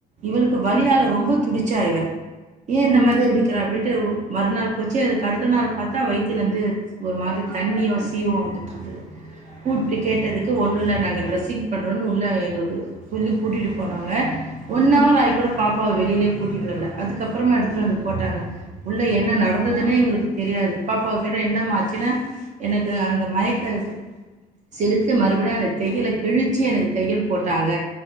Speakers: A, on the right; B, on the right.
A: இவளுக்கு வலியால ரொம்ப துடிச்சா இவ ஏன்
B: ம்.
A: இந்த மாதி
B: சரிங்க.
A: துடிக்கிறா அப்டின்ட்டு மறுநாள் போச்சு அதுக்கு அடுத்த நாள் பார்த்தா வய்துலிருந்து ஒரு மாதிரி தண்ணியோ சீவோ வந்துட்டுருந்தது கூப்ட்டு கேட்டதுக்கு ஒன்னுல்ல நாங்கன்ரெஸ்ஸிங் பண்ணுறோன்னு உள்ள எங்களுக்கு சொல்லி கூட்டிட்டு போனோங்க ஒன்னவர்
B: ம்.
A: ஆயி கூட பா பாப்பாவ வெளிலேயே கூட்டிட்டு வர்ல அதுக்கப்புறமா எடுத்துட்டு வந்து போட்டாங்க உள்ள என்ன நடந்ததுனே எங்களுக்கு தெரியாது பாப்பாவ கிட்ட என்னமாச்சுனா எனக்கு அந்த மயக்க செலுத்து மறுபடியு அந்த தெய்யல கிழிச்சி எனக்கு தெயல் போட்டாங்க